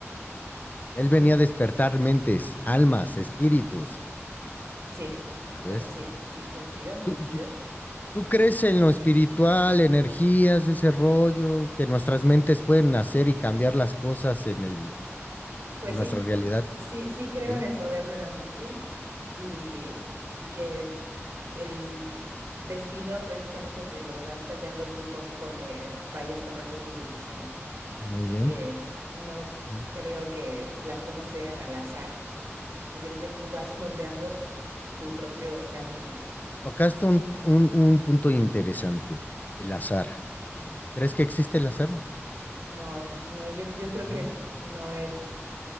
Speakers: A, on the left (about 35°); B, on the right (about 65°).
A: Él
B: Mm,
A: venía a despertar mentes, almas,
B: ajá,
A: espíritus,
B: Sí, bueno,
A: ¿sabes?
B: sí, sí, coincido,
A: ¿Tú,
B: coincido.
A: tú- tú crees en lo espiritual, energías, ese rollo, que nuestras mentes pueden hacer y cambiar las cosas en el,
B: Pues
A: en nuestra
B: sí,
A: realidad?
B: sí, sí creo
A: Sí,
B: en el poder de la mente y, y que el destino prácticamente te lo vas tallando tú conforme vayas tomando tus decisiones.
A: muy bien.
B: eh, no
A: Ujú.
B: creo que las cosas sean al azar. Yo creo que tú vas moldeando tu propio camino.
A: Tocaste un un- un punto interesante, el azar.
B: Ujú.
A: ¿Crees que existe el azar?
B: No, no, yo, yo creo
A: No.
B: que no es,